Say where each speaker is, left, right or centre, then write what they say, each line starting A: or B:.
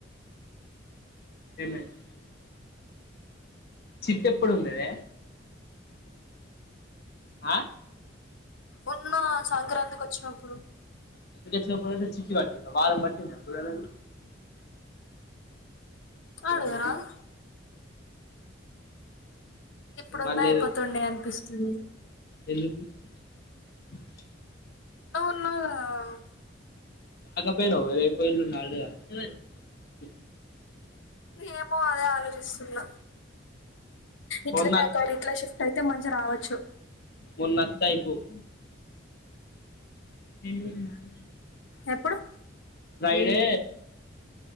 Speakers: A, on the left; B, on the left.
A: ఏమైంద్ చిట్టెప్పుడు వుందే ఆ
B: మొన్న సంక్రాంతికి వచ్చినప్పుడు
A: లేకపోతే చిట్టీ కట్టు ఇంక వారం పట్టిందా జువేల్లారి
B: అడుగారాదు
A: వద్దు
B: ఇప్పుడున్నా
A: మళ్ళీ
B: అయిపోతుండే
A: ఏదో
B: అనిపిస్తుంది
A: ఎందుకు <inaudible>
B: నువ్వు ఉన్నావ్ కదా ఆ అ
A: పోయిరాపో రేపు ఎల్లుండి హాలిడే అని చెప్పు
B: ఏమో అదే ఆలోచిస్తున్నా ఇట్లనే
A: మొన్న
B: ఒకైనా ఇంట్లకి షిఫ్ట్ అయితే మంచిగ రావ వచ్చు
A: మొన్న అత్తే ఐపోవ్ రెండు వేల నాలుగు అయిపోయి
B: ఎప్పుడు
A: ఫ్రైడే